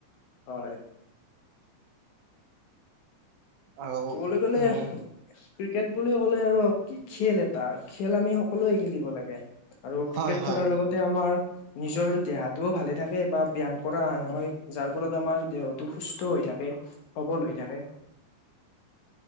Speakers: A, on the left; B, on the right.
A: হয়
B: আৰু
A: ক'বলৈ গ'লে
B: উম
A: ক্ৰিকেট বুলি ক'লে আৰু কি খেলে তাৰ খেল আমি সকলোৱে খেলিব লাগে আৰু
B: হয়
A: ক্ৰিকেট
B: হয়
A: খেলাৰ লগতে আমাৰ নিজৰ দেহাটো ভালে থাকে বা ব্যায়াম কৰা নহয় যাৰ ফলত আমাৰ দেহটো সুস্থ হৈ থাকে সবল হৈ থাকে <inaudible>